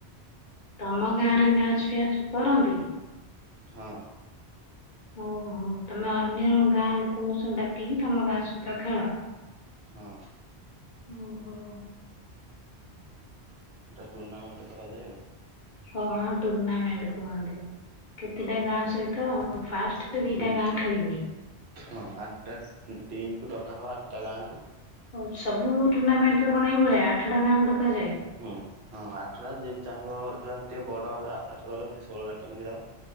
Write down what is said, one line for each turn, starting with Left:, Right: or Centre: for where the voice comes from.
Left: ତମ ଗାଁ ରେ ମ୍ୟାଚ ଫିୟାଚ କରନ୍ତି?
Right: ହଁ।
Left: ଓ ହୋ ତମେ ଅନ୍ୟ ଗାଁ ଲୋକଙ୍କୁ ସବୁ ଡାକିକି ତମ ଗାଁ ସହିତ ଖେଳ।
Right: ହଁ।
Left: ଓହୋ।
Right: ଏଟା ଟୁର୍ଣ୍ଣାମେଣ୍ଟ କରାଯାଏ ଆଉ।
Left: ହଁ ହଁ ଟୁର୍ଣ୍ଣାମେଣ୍ଟ କୁହନ୍ତି। କେତେଟା ଗାଁ ସହିତ ଫା ଦିଇଟା
Right: ହୁଁ
Left: ଗାଁ ଖେଳିବେ।
Right: ହଁ ଆଠଟା ଟିମ୍ କୁ ଡକା ହବ। ଆଠଟା ଗାଁ କୁ।
Left: ହୋଉ ସବୁ ଟୁର୍ଣ୍ଣାମେଣ୍ଟରେ କଣ ଏଇ ଭଳିଆ ଆଠଟା ଗାଁ କୁ ଡକାଯାଏ।
Right: ହୁଁ ହଁ ଆଠଟା ଯିଏ ବି ଚାହିଁବ ଯହାର ଟିକେ ବଡ ଆକାର କରିବ ସେ ଷୋହଳ ଟା ଟିମ୍ କୁ ଦବ।